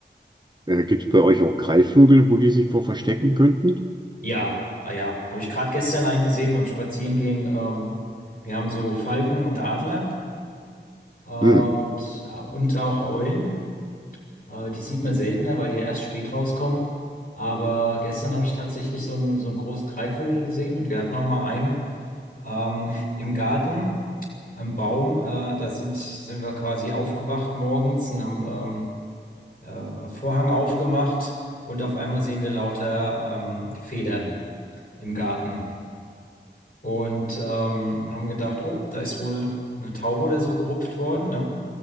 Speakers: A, on the right; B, on the left.
A: äh, gibt es bei euch auch Greifvögel, wo die sich vor verstecken könnten?
B: Ja, ah ja, habe ich gerade gestern einen gesehen beim Spazierengehen. Ähm, wir haben so Falken und Adler äh, und,
A: Hm.
B: äh, und auch Eulen. Äh, die sieht man seltener, weil die ja erst spät rauskommen. Aber gestern habe ich tatsächlich so einen, so einen großen Greifvogel gesehen und wir hatten auch mal einen ähm, im Garten, am Baum. Äh, da sind, sind wir quasi aufgewacht morgens und haben ähm, äh, Vorhang aufgemacht und auf einmal sehen wir lauter ähm, Federn im Garten. und ähm, haben gedacht, oh, da ist wohl eine Taube oder so gerupft worden, ne?